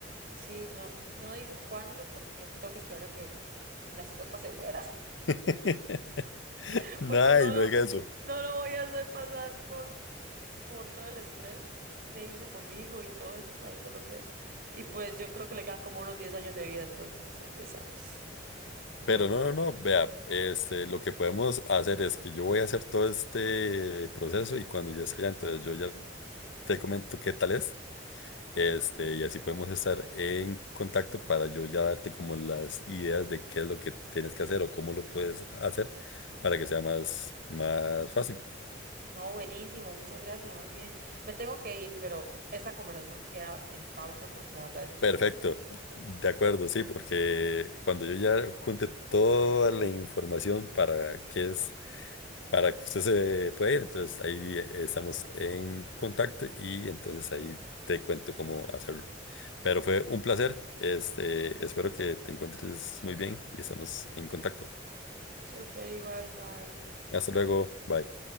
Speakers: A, on the right; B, on the left.
A: sí, no, no digo cuándo porque tengo que esperar a que mi mascota se muera,
B: <laughs>
A: <laughs>
B: Ay,
A: porque no lo,
B: no diga eso.
A: no lo voy a hacer pasar por por todo el estrés de irse conmigo y todo eso, sabiendo lo que es. Y pues yo creo que le quedan como unos 10 años de vida, entonces, en 10 años. Me...
B: Pero no, no, no, vea, este, lo que podemos hacer es que yo voy a hacer todo este proceso y cuando ya sea, entonces yo ya te comento qué tal es, este, y así podemos estar en contacto para yo ya darte como las ideas de qué es lo que tienes que hacer o cómo lo puedes hacer para que sea más, más fácil.
A: No, buenísimo, muchas gracias, más bien. Me tengo que ir, pero esta conversación queda en pausa porque la verdad eso sí
B: Perfecto,
A: me interesa.
B: de acuerdo, sí, porque cuando yo ya junte toda la información para qué es, para que usted se pueda ir, entonces ahí eh, estamos en contacto y entonces ahí te cuento cómo hacerlo. Pero fue un placer, este, espero que te encuentres muy bien y estamos en contacto.
A: Súper igual, bye.
B: Hasta luego, bye.